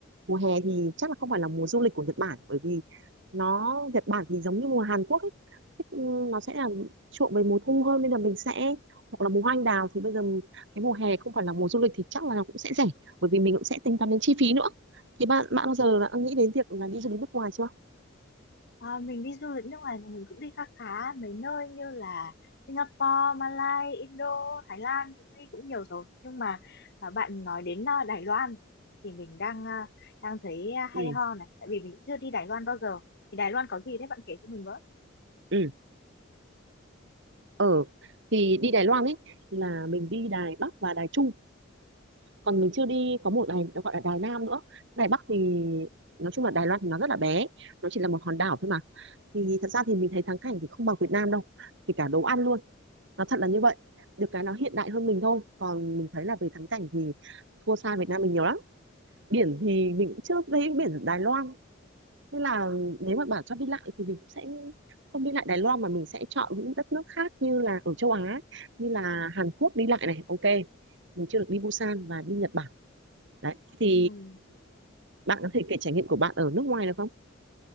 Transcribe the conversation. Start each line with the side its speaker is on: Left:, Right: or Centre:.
Right: mùa hè thì chắc là không phải là mùa du lịch của Nhật Bản bởi vì nó Nhật Bản thì giống như mùa Hàn Quốc ấy Thích- ừ, nó sẽ là chuộng về mùa thu hơn nên là mình sẽ hoặc là mùa hoa anh đào thì bây giờ cái mùa hè không phải là mùa du lịch thì chắc là nó cũng sẽ rẻ bởi vì mình cũng sẽ tính toán đến chi phí nữa thì bạn bạn bao giờ đã nghĩ đến việc là đi du lịch nước ngoài chưa
Left: Ờ, mình đi du lịch nước ngoài thì mình cũng đi khá khá mấy nơi như là Singapore, Malaysia, Indo, Thái Lan cũng đi cũng nhiều rồi. Nhưng mà à, bạn nói đến à, Đài Loan thì mình đang à, đang thấy à, hay
Right: ừ
Left: ho này, tại vì mình cũng chưa đi Đài Loan bao giờ. Thì Đài Loan có gì thế bạn kể cho mình với.
Right: ừ ở thì đi Đài Loan ấy là mình đi Đài Bắc và Đài Trung còn mình chưa đi có một đài nó gọi là Đài Nam nữa Đài Bắc thì nói chung là Đài Loan thì nó rất là bé nó chỉ là một hòn đảo thôi mà thì thật ra thì mình thấy thắng cảnh thì không bằng Việt Nam đâu kể cả đồ ăn luôn nó thật là như vậy được cái nó hiện đại hơn mình thôi còn mình thấy là về thắng cảnh thì thua xa Việt Nam mình nhiều lắm biển thì mình cũng chưa thấy biển Đài Loan nên là nếu mà bảo cho đi lại thì mình sẽ không đi lại Đài Loan mà mình sẽ chọn những đất nước khác như là ở châu Á như là Hàn Quốc đi lại này ok mình chưa được đi Busan và đi Nhật Bản đấy thì
Left: Ừm,
Right: bạn có thể kể trải nghiệm của bạn ở nước ngoài được không